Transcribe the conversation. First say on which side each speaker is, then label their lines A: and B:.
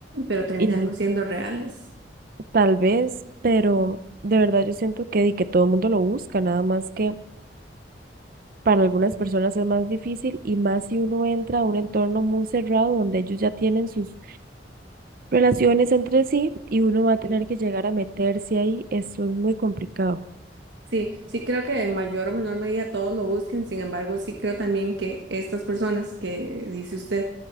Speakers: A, on the right; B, on the right.
A: Pero terminamos
B: y
A: siendo reales.
B: tal vez, pero de verdad yo siento que, di que todo el mundo lo busca, nada más que para algunas personas es más difícil y más si uno entra a un entorno muy cerrado donde ellos ya tienen sus relaciones entre sí y uno va a tener
A: Sí,
B: que llegar a meterse ahí. Eso es muy complicado.
A: sí, sí creo que en mayor o menor medida todos lo busquen. Sin embargo, sí creo también que estas personas que dice usted